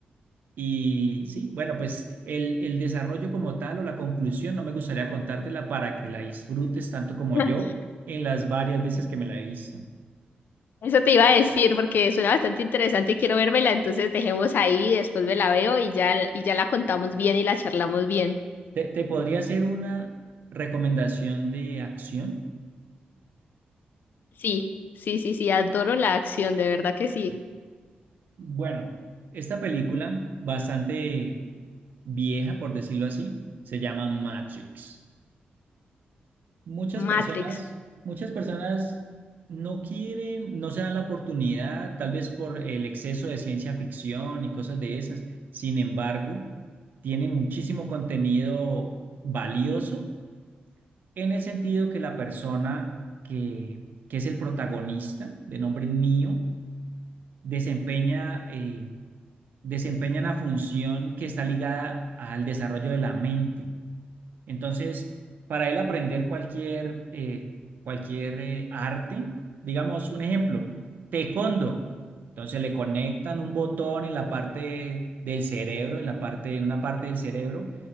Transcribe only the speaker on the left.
<laughs>
Eso te iba a decir porque suena bastante interesante y quiero vérmela, entonces dejemos ahí, después me la veo y ya, y ya la contamos bien y la charlamos bien.
Sí, sí, sí, sí, adoro la acción, de verdad que sí.
Matrix.